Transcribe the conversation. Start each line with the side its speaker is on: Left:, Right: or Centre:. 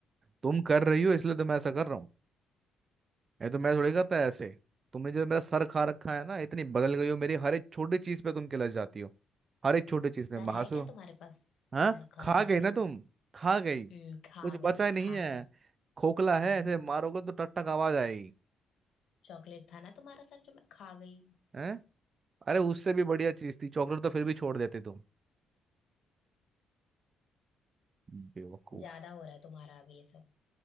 Right: तुम कर रही हो इसलिए तो मैं ऐसा कर रहा हूँ ये तो मैं थोड़ी करता है ऐसे तुमने जो मेरा सर खा रखा है ना इतनी बदल गई हो मेरी हर एक छोटी चीज पे तुम किलस जाती हो हर एक छोटी चीज में
Left: सर
Right: महासु
Left: है क्या तुम्हारे पास
Right: हाँ
Left: सर खा
Right: खा
Left: जाती
Right: गई ना
Left: हूँ
Right: तुम खा गई कुछ
Left: हम्म खा गई
Right: बचा
Left: ना
Right: ही नहीं
Left: खा
Right: है
Left: गई
Right: खोखला
Left: हम्म
Right: है ऐसे मारोगे तो टक टक आवाज आएगी
Left: चॉकलेट था ना तुम्हारा सर जो मैं खा गई
Right: हैं अरे उससे भी बढ़िया चीज थी चॉकलेट तो फिर भी छोड़ देते तुम बेवकूफ
Left: ज्यादा हो रहा है तुम्हारा अभी ये सब